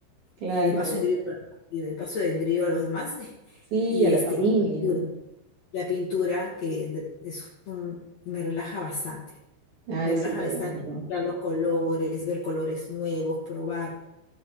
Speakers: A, on the right (about 50°); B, on the left (about 80°).
A: Claro,
B: Y de paso engrío, y de paso engrío a los demás. <laughs>
A: sí,
B: Y
A: a la
B: este,
A: familia.
B: y la pintura. la pintura, que de- es un, me relaja bastante.
A: Ay,
B: Me relaja
A: súper,
B: bastante
A: en verdad.
B: ver los colores, ver colores nuevos, probar.